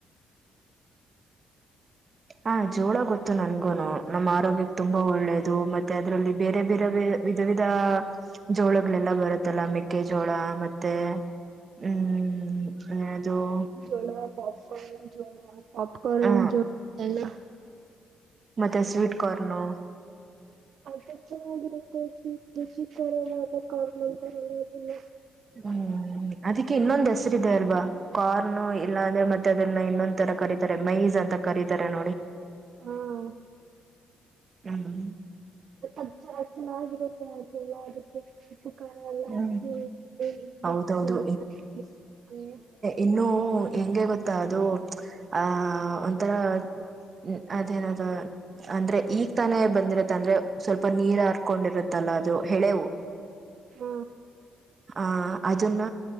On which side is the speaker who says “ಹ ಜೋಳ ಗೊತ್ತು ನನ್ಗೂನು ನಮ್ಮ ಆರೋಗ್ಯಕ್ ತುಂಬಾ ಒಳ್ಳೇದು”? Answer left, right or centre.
Right